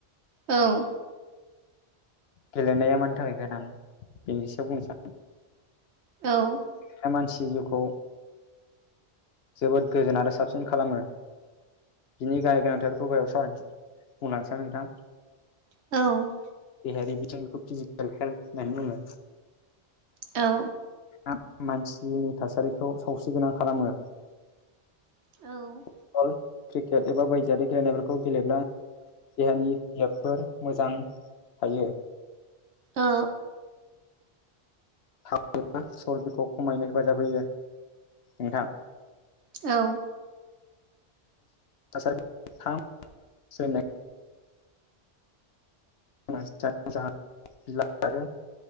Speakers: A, on the right; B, on the left.
A: औ
B: गेलेनाया मानि थाखाय गोनां बेनिसायाव बुंनो सै आं
A: औ
B: दा मानसि जिउखौ जोबोद गोजोन आरो साबसिन खालामो, बिनि गाहाय गोनांथार गायाव सावराय बुंलांसै नोंथां
A: औ
B: देहायारि बिथिंखौ फिजिकेल हेल होननानै बुंङो,
A: औ
B: आ मानसिनि थासारिखौ सावस्रिगोनां खालामो।
A: औ
B: फुटबल क्रिकेट एबा बायजोआरारि गेलेनायफोरखौ गेलेब्ला देहानि बियाबफोर मोजां थायो।
A: औ
B: <unintelligible> खमायनायाव हेफाजाब होयो नोंथां
A: औ
B: थासारि थाम सैनाय <inaudible> आरो